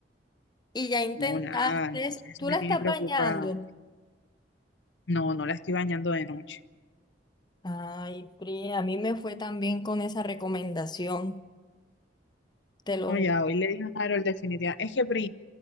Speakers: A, on the left; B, on the left.
A: Y ya intentaste,
B: no, nada, entonces eso
A: tú
B: me
A: la
B: tiene
A: estás
B: preocupada.
A: bañando.
B: No, no la estoy bañando de noche.
A: Ay, Pri, a mí me fue también con esa recomendación, te lo
B: No,
A: juro.
B: ya, hoy le dije a Harold definitivamente. Es que, Pri, o